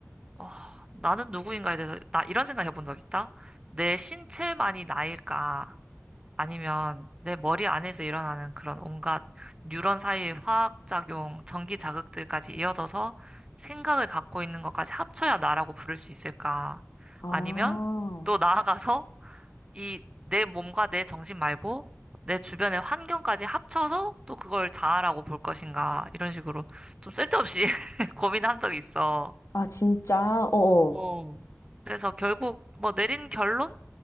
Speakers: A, on the right; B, on the left.
A: 어, 나는 누구인가에 대해서, 나 이런 생각 해본 적 있다? 내 신체만이 나일까? 아니면 내 머리 안에서 일어나는 그런 온갖 뉴런 사이의 화학작용, 전기 자극들까지 이어져서 생각을 갖고 있는 것까지 합쳐야 나라고 부를 수 있을까?
B: 아,
A: 아니면 또 나아가서 이 내 몸과 내 정신 말고 내 주변의 환경까지 합쳐서 또 그걸 자아라고 볼 것인가? 이런 식으로 좀 쓸데없이 <laughs> 고민한 적이 있어.
B: 아, 진짜? 어어.
A: 어. 그래서 결국 뭐 내린 결론?